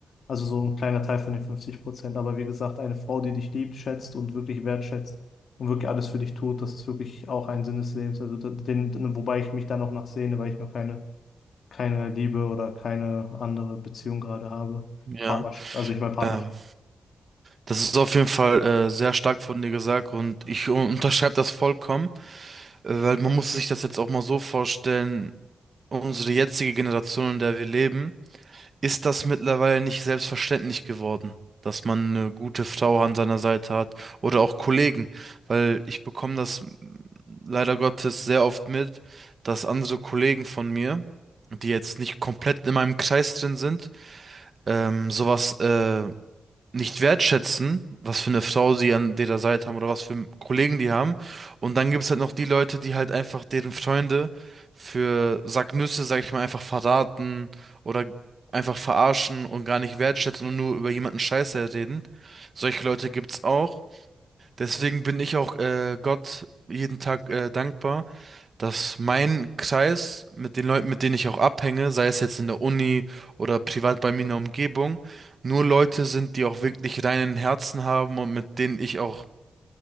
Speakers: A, on the left (about 65°); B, on the right (about 40°).
A: Also so ein kleiner Teil von den 50 Prozent. Aber wie gesagt, eine Frau, die dich liebt, schätzt und wirklich wertschätzt und wirklich alles für dich tut, das ist wirklich auch ein Sinn des Lebens. Also da- den, wobei ich mich da noch nachsehne, weil ich noch keine, keine Liebe oder keine andere Beziehung gerade habe.
B: Ja.
A: Partnerschaft, also ich meine Partnerschaft.
B: Ähm, das ist auf jeden Fall äh, sehr stark von dir gesagt und ich un- unterschreibe das vollkommen, äh, weil man muss sich das jetzt auch mal so vorstellen, unsere jetzige Generation, in der wir leben. ist das mittlerweile nicht selbstverständlich geworden, dass man eine gute Frau an seiner Seite hat oder auch Kollegen, weil ich bekomme das mm, leider Gottes sehr oft mit, dass andere Kollegen von mir, die jetzt nicht komplett in meinem Kreis drin sind, ähm, sowas äh, nicht wertschätzen, was für eine Frau sie an ihrer Seite haben oder was für Kollegen die haben. Und dann gibt es halt noch die Leute, die halt einfach deren Freunde für Sacknüsse, sag ich mal, einfach verraten oder einfach verarschen und gar nicht wertschätzen und nur über jemanden Scheiße reden. Solche Leute gibt's auch. Deswegen bin ich auch äh, Gott jeden Tag äh, dankbar, dass mein Kreis mit den Leuten, mit denen ich auch abhänge, sei es jetzt in der Uni oder privat bei mir in der Umgebung, nur Leute sind, die auch wirklich reinen Herzen haben und mit denen ich auch